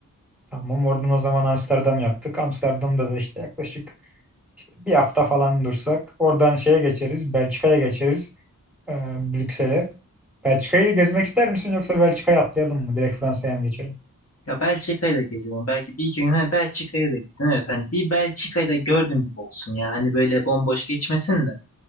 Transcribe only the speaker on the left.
Ya Belçika'yı da gezelim. Belki bir iki gün. Ha Belçika'ya da gittin. Evet hani bir Belçika'yı da gördüm gibi olsun ya. Hani böyle bomboş geçmesin de.